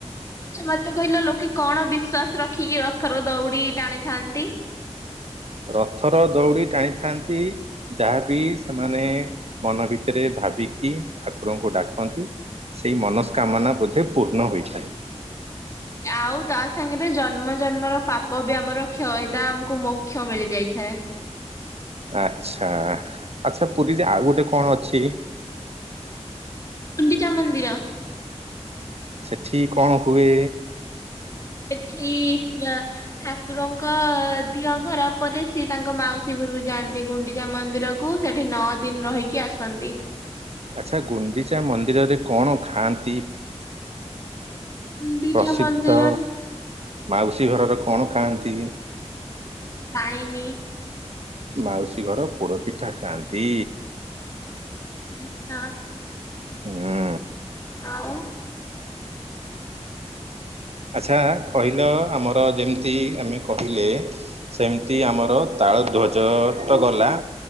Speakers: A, on the left; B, on the right.
A: ଆଚ୍ଛା ମତେ କହିଲ ଲୋକେ କଣ ବିଶ୍ଵାସ ରଖିକି ରଥର ଦଉଡି ଟାଣିଥାନ୍ତି?
B: ରଥର ଦଉଡ଼ି ଟାଣିଥାନ୍ତି। ଯାହାବି ସେମାନେ ମନ ଭିତରେ ଭାବିକି ଠାକୁରଙ୍କୁ ଡାକନ୍ତି। ସେଇ ମନସ୍କାମନା ବୋଧେ ପୂର୍ଣ୍ଣ ହୋଇଥାଏ।
A: ଆଉ ତା ସାଙ୍ଗରେ ଜନ୍ମ ଜନ୍ମର ପାପ ବି ଆମର କ୍ଷୟତା ଆମକୁ ମୋକ୍ଷ ମିଳିଯାଇଥାଏ।
B: ଆଛା ଆଛା ପୁରୀ ଯେ ଆଉ ଗୋଟେ କଣ ଅଛି?
A: ଗୁଣ୍ଡିଚା ମନ୍ଦିର।
B: ସେଠି କଣ ହୁଏ?
A: ସେଠି ୟା ଠାକୁରଙ୍କ ଦିଅ ଖରାପରେ ସିଏ ତାଙ୍କ ମାଉସୀ ଘରୁକୁ ଯାଆନ୍ତି ଗୁଣ୍ଡିଚା ମନ୍ଦିର। କୁ ସେଠି ନଅ ଦିନ ରହିକି ଆସନ୍ତି।
B: ଆଚ୍ଛା ଗୁଣ୍ଡିଚା ମନ୍ଦିରରେ କଣ ଖାଆନ୍ତି?
A: ଗୁଣ୍ଡିଚା
B: ପ୍ରସିଦ୍ଧ
A: ମନ୍ଦିରରେ
B: ମାଉସୀ ଘରର କଣ ଖାଆନ୍ତି?
A: ପାଣିନି।
B: ମାଉସୀ ଘର ପୋଡ଼ ପିଠା ଖାଆନ୍ତି।
A: ଆଛା।
B: ହୁଁ।
A: ଆଉ।
B: ଆଚ୍ଛା କହିଲ ଆମର ଯେମିତି ଆମେ କହିଲେ। ସେମିତି ଆମର ତାଳ ଧ୍ୱଜ ତ ଗଲା।